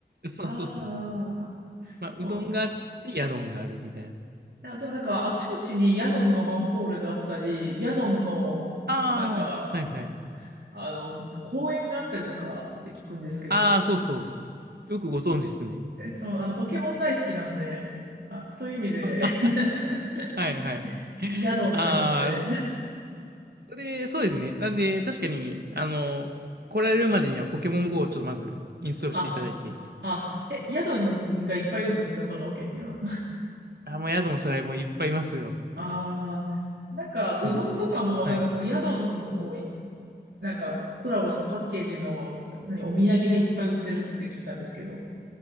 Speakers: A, on the right; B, on the right.
A: そうそうですね。
B: ああ、
A: まあ、
B: そう。
A: うどんがあって、ヤドンがあるみたいな。
B: いや、でもなんか、あちこちにヤドンのマンホールがあったり、ヤドンの、
A: ああ、
B: なんか、
A: はいはい。
B: あの、公園があったりとかって聞くんですけど、
A: ああ、そうそう。よくご存知ですね。
B: え、そう、あの、ポケモン大好きなんで、あ、そういう意味で
A: <laughs> あ、
B: <laughs>
A: はいはい。<laughs>
B: ヤドンって思って。
A: ああ、それ、そうですね。なんで、確かに、あの、来られるまでにはポケモン GO をちょっとまずインストールしていただいて。
B: あ、あ、え、ヤドンがいっぱいいるんですか香川県には。
A: あ、もう宿のしらいもいっぱいいますよ。
B: ああ、なんか、うどんとかも、
A: うん。はい。
B: なんかそのヤドンをなんかコラボしたパッケージの、何、お土産がいっぱい売ってるって聞いたんですけど。